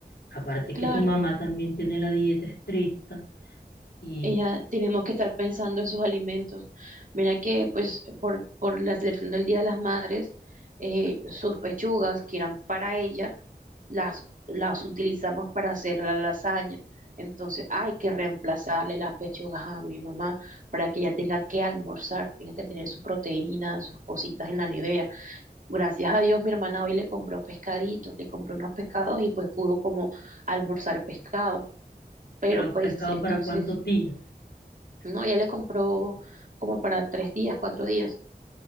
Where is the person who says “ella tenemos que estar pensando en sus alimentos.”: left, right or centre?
Right